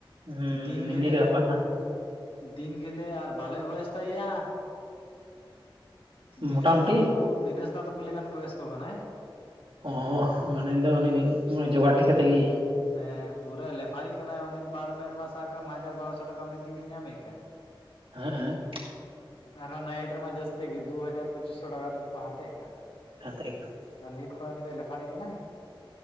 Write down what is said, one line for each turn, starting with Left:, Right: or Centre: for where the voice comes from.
Right: ᱦᱩᱸ
Left: ᱫᱤᱱ
Right: ᱮᱢᱱᱤ
Left: ᱜᱮᱞᱮ
Right: ᱨᱮ ᱵᱟᱯᱞᱟᱜ ᱠᱟᱱᱟ
Left: ᱫᱤᱱ ᱜᱮᱞᱮ ᱟᱨ ᱵᱟᱞᱮ ᱵᱮᱭᱚᱥᱛᱟᱭᱼᱟ᱾ ᱫᱤᱱᱮᱥ
Right: ᱢᱚᱴᱟᱢᱩᱴᱤ
Left: ᱫᱟ ᱛᱟᱹᱠᱩ ᱫᱤᱱᱮᱥ ᱫᱟ ᱛᱟᱹᱠᱩ ᱞᱮᱠᱟᱱ ᱵᱚᱭᱚᱥᱠᱚ ᱠᱟᱱᱟᱭ᱾
Right: <unintelligible> ᱢᱟᱱᱮ ᱫᱚ ᱩᱱᱤ ᱡᱚᱜᱟᱲ ᱴᱷᱤᱠ ᱠᱟᱛᱮ ᱜᱤ,
Left: ᱦᱮᱸ ᱯᱩᱨᱟᱹ ᱞᱮᱯᱷᱟᱨᱤ ᱠᱟᱱᱟᱭ ᱩᱱᱤ ᱯᱟᱨᱢᱮ <unintelligible> ᱢᱟ ᱥᱟᱵ ᱠᱟᱜ ᱟᱢ ᱦᱟᱡᱟᱨ ᱵᱟᱨᱚᱥᱚ ᱴᱟᱠᱟ ᱢᱟ ᱫᱤᱱ ᱮ ᱧᱟᱢᱮᱜ ᱠᱟᱱ ᱾
Right: <unintelligible>
Left: ᱟᱨᱦᱚᱸ ᱱᱟᱭᱮᱴ ᱨᱮᱢᱟ ᱡᱟᱹᱥᱛᱤ ᱜᱮ ᱫᱩ ᱦᱟᱡᱟᱨ ᱯᱚᱪᱤᱥ ᱥᱳ ᱴᱟᱠᱟ ᱛᱮᱢᱟ ᱠᱚ ᱦᱟᱛᱮᱜ ᱠᱟᱱ᱾
Right: <unintelligible>
Left: ᱟᱨ ᱱᱤᱛ ᱠᱷᱚᱱ ᱩᱱᱤ ᱫᱚᱭ ᱞᱮᱯᱷᱟᱨᱤ ᱠᱟᱱᱟᱭ?